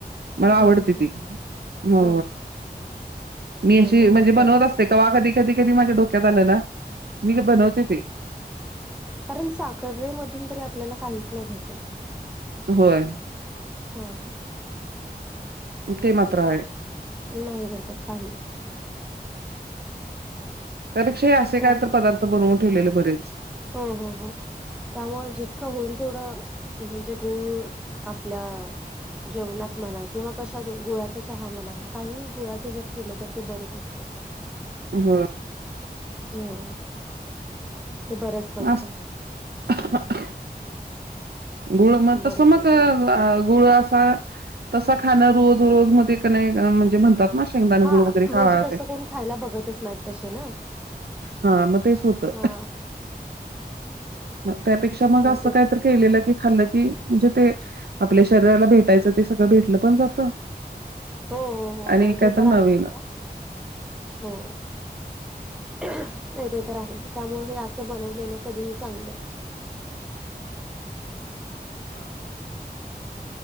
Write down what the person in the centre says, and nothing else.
हा
हा हा
हा
नाही
ते
तर
बरंच
आहे
कारण साखरे मधून तरी आपल्याला काहीच नाही भेटत.
हा
नाही भेटत काहीच
त्यामु
हो हो हो त्यामुळं जितकं होईल तेवढं म्हणजे गुळ आपल्या जेवणात म्हणा किंवा कशात, गुळाचा चहा म्हणा, काहीही गुळाचं जर केलं तर ते बरंच असतं.
हो.. ते बरंच पडतं.
बरंच
आहे सोडं ते
हा
म्हणजे
तसं
कोण खायला बघतच नाहीत तसे ना
हा
नाही
ते
हो, हो, हो.
नाही ते
तर
आहेच सोडा, हो. नाही ते तर आहे, त्यामुळे हे असं बनवलेलं कधीही चांगलंच.